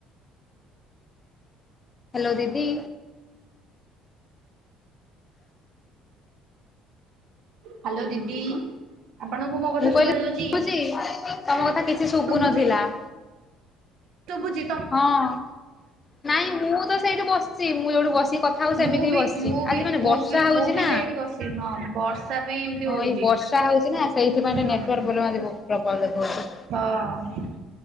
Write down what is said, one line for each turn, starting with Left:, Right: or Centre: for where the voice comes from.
Left: ହ୍ୟାଲୋ ଦିଦି
Right: ହ୍ୟାଲୋ ଦିଦି ଆପଣଙ୍କୁ ମୋ କଥା
Left: ମୁଁ କହିଲି
Right: ଶୁଭା
Left: ଶୁଭୁଛି
Right: ଯାଉଛି
Left: ତମ କଥା କିଛି ଶୁଭୁ
Right: ଶୁଭୁଛି
Left: ନଥିଲା।
Right: ଶୁଭୁଚି।
Left: ହଁ ନାଇଁ ମୁଁ ତ ସେଇଠୁ ବସିଛି ମୁଁ ଯୋଉଠୁ ବସିକି କଥା ହଉଛି ସେମିତି
Right: ମୁଁ
Left: ହି
Right: ବି
Left: ବସିଛି
Right: ମୁଁ ବି
Left: ଆଜି ମାନେ
Right: ମୁଁ
Left: ବର୍ଷା
Right: ବି
Left: ହଉଛି
Right: ମୁଁ ବି
Left: ନା।
Right: ସେଇଠି ବସିଛି ହଁ ବର୍ଷା ପାଇଁ ଏମିତି
Left: ହଁ
Right: ହଉଛି।
Left: ଏଇ ବର୍ଷା ହଉଛି ନା ସେଇଥିପାଇଁ
Right: ହୁଁ।
Left: ନେଟକ୍ ପ୍ରୋମେମ୍ ଦେଖାଉଛି।
Right: ହଁ